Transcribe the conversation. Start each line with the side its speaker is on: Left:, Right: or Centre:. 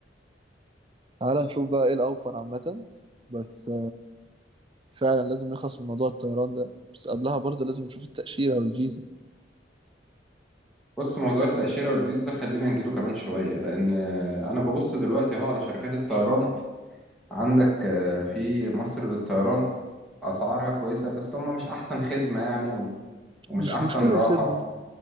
Right: تعالى نشوف بقى ايه الاوفر عامه بس فعلا لازم نخلص من موضوع الطيران ده بس قبلها برضه لازم نشوف التأشيرة والفيزا
Centre: بص موضوع التأشيرة والفيز ده خلينا نجيله كمان شوية لأن آه، أنا ببص دلوقتي أهو على شركات الطيران عندك آه، في مصر للطيران أسعارها كويسة بس هما مش أحسن خدمة يعني وم- ومش
Right: مش
Centre: أحسن
Right: مشكلة
Centre: راحة
Right: الخدمة